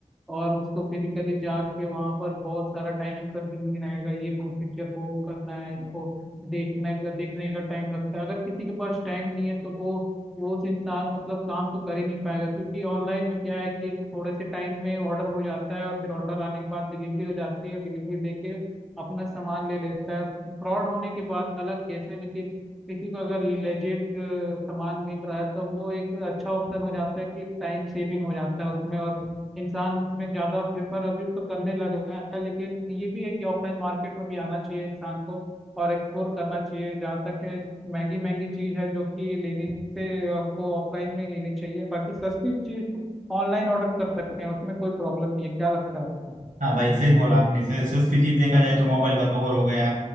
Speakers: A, in the centre; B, on the right.
A: और उसको फिजिकली जाके वहां पर बहुत सारा टाइम कंज्यूमिंग रहेगा ये प्रोसीजर वो करना है इसको देखने का देखने का टाइम लगता है अगर किसी के पास टाइम नहीं है तो वो वो उस इंसान मतलब काम तो कर ही नहीं पाएगा क्योंकि ऑनलाइन में क्या है कि थोड़े से टाइम में ऑर्डर हो जाता है और फिर ऑर्डर आने के बाद डिलीवरी हो जाती है और डिलीवरी लेके अपना सामान ले लेता है फ्रॉड होने के बाद अलग केस है लेकिन किसी को अगर लेजिट सामान मिल रहा है तो वो एक अच्छा ऑप्शन हो जाता है कि टाइम सेविंग हो जाता है उसमें और इंसान उसमें ज्यादा प्रेफर अभी तो करने लगा है लेकिन ये भी है कि ऑफलाइन मार्केट में भी आना चाहिए इंसान को और एक्सप्लोर करना चाहिए जहाँ तक है महंगी महंगी चीज है जो कि लेने से हमको ऑफलाइन में ही लेनी चाहिए बाकी सस्ती चीज ऑनलाइन ऑर्डर कर सकते हैं उसमें कोई प्रॉब्लम नहीं है क्या लगता है आपको
B: हाँ भाई सही बोला आपने स- सस्ती चीज देखा जाए तो मोबाइल का कवर हो गया